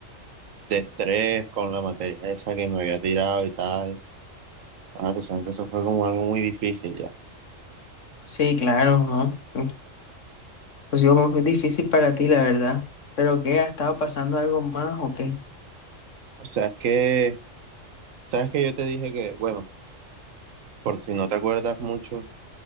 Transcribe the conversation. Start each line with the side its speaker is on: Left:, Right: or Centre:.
Right: de estrés con la materia esa que me había tirado y tal. Ah, tú sabes que eso fue como algo muy difícil ya.
Left: Sí, claro, ¿no? Ha sido muy difícil para ti, la verdad. ¿Pero qué? ¿Ha estado pasando algo más o qué?
Right: O sea, es que, sabes que yo te dije que, bueno, por si no te acuerdas mucho,